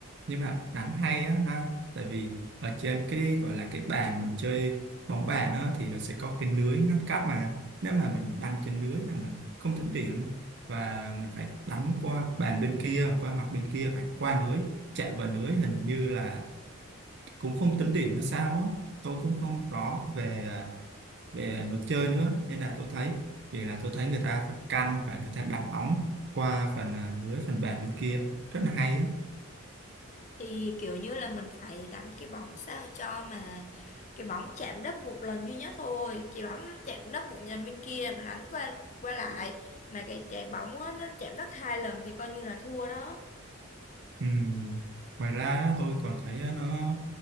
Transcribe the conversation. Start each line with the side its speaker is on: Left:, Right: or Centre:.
Right: nhưng mà đánh hay á ha tại vì ở trên cái gọi là cái bàn mình chơi bóng bàn á thì nó sẽ có cái lưới ngăn cách mà nếu mà mình đánh trên lưới là mình không tính điểm và mình phải đánh qua bàn bên kia qua mặt bên kia phải qua lưới chạm vào lưới hình như là cũng không tính điểm hay sao á tôi cũng không rõ về về luật chơi nữa nên là tôi thấy vì là tôi thấy người ta phải căn và người ta đánh bóng qua phần à, lưới phần bàn bên kia rất là hay á
Left: thì kiểu như là mình phải đánh cái bóng sao cho mà cái bóng chạm đất một lần duy nhất thôi cái bóng nó chạm đất một lần bên kia mà đánh qua qua lại mà cái trái bóng á, nó chạm đất hai lần thì coi như là thua đó
Right: Ừ. Ngoài ra á, tôi còn thấy á, nó